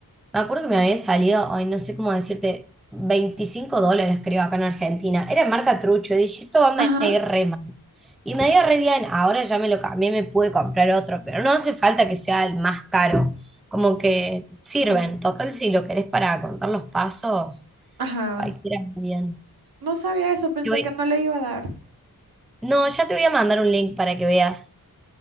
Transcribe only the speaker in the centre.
Me acuerdo que me había salido, ay, no sé cómo decirte, 25 dólares creo acá en Argentina. Era marca Trucho, y dije, esto va
a ir re mal. Y me dio re bien, ahora ya me lo cambié, me pude comprar otro, pero no hace falta que sea el más caro. Como que sirven,
total, si lo querés para contar los pasos,
cualquiera está bien.
Te voy-
No, ya te voy a mandar un link para que veas.